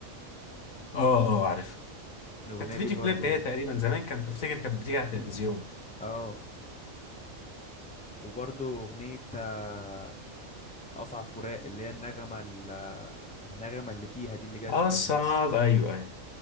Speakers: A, on the left (about 85°); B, in the centre.
A: اه اه عارف
B: الاغنيه
A: كانت فيديو
B: دي برضو
A: كليب هي تقريبا زمان كانت تفتكر كانت بتيجي على التلفزيون
B: اه وبرضو اغنيه آه، اصعب فراق اللي هي النغمه ال- آه، النغمه اللي فيها دي اللي جت
A: اه
B: في
A: الصعب
B: النص
A: ايوه ايوه